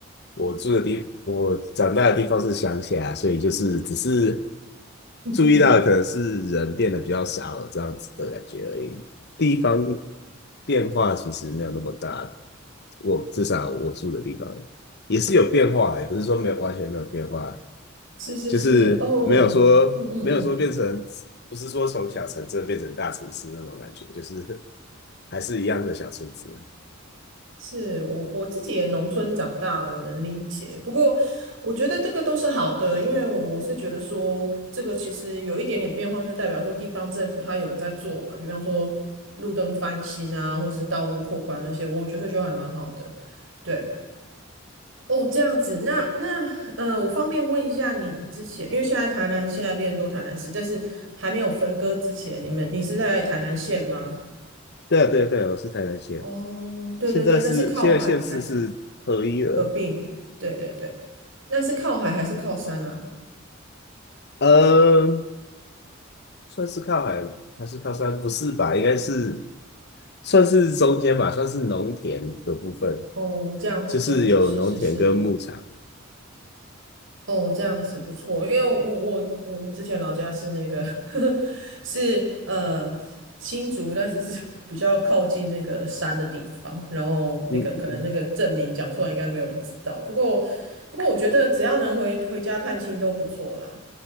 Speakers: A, on the left (about 55°); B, on the right (about 75°).
A: 我住的地，我长大的地方是乡下，所以就是只是
B: <laughs>
A: 注意到的可能是人变得比较少了这样子的感觉而已，
B: 嗯
A: 地方变化其实没有那么大，我至少我住的地方也是有变化，也不是说没有完全没有变化，
B: 是是是，
A: 就是没有说没有说变成，
B: 哦，嗯嗯嗯，
A: 不是说从小城镇变成大城市那种感觉，就是还是一样的小村子。
B: 是我我自己也农村长大，我能理解。不过我觉得这个都是好的，因为我是觉得说，这个其实有一点点变化，就代表说地方政府它有在做嘛，比方说路灯翻新啊，或是道路扩宽那些，我觉得就还蛮好的。对，哦，这样子，那那呃，我方便问一下你之前，因为现在台南现在变成都台南市，但是还没有分割之前，你们你是在台南县吗？
A: 对啊，对啊，对啊，我是台南县，
B: 哦，对对对，
A: 现在是现在县市是合一了，
B: 那是靠海还是合并？对对对，那是靠海还是靠山啊？
A: 嗯，算是靠海还是靠山？不是吧？应该是算是中间吧，算是农田的部分，
B: 哦，这样子这样子，
A: 就是有农田跟牧场。
B: 是是是，哦，这样子不错，因为我我我们之前老家是那个 <laughs> 是呃新竹，但是是 <laughs> 比较靠近那个山的地方，然后那个可能那个证明讲出来应该没有人知道，
A: 嗯嗯
B: 不过不过我觉得只要能回回家探亲都不错啦。